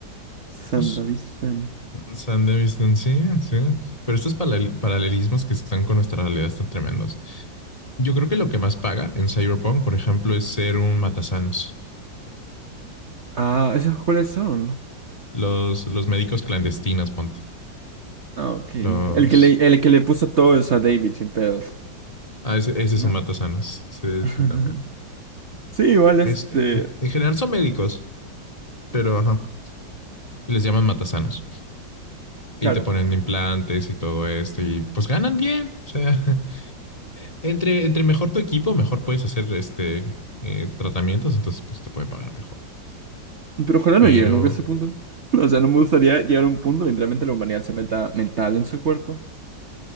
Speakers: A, on the right; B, on the left.
A: Sandavistán.
B: Pues San de Vistancia, sí. Pero estos palel- paralelismos que están con nuestra realidad están tremendos. Yo creo que lo que más paga en Cyberpunk, por ejemplo, es ser un matasanos.
A: Ah, ¿esos cuáles son?
B: Los, los médicos clandestinos, ponte.
A: Ah, ok.
B: Los.
A: El que le, el que le puso todo eso a David sin pedos.
B: Ah, ese, ese
A: No.
B: es un matasanos. Sí,
A: <laughs>
B: sí, también.
A: Sí, igual este.
B: Es, eh, en general son médicos, pero ajá. Y les llaman matasanos. Y
A: Claro.
B: te ponen implantes y todo esto. Y pues ganan bien. O sea, <laughs> entre, entre mejor tu equipo, mejor puedes hacer este eh, tratamientos. Entonces, pues te pueden pagar mejor.
A: Pero ojalá no
B: Pero,
A: llegue nunca a ese punto. <laughs> O sea, no me gustaría llegar a un punto, literalmente la humanidad se meta mental en su cuerpo.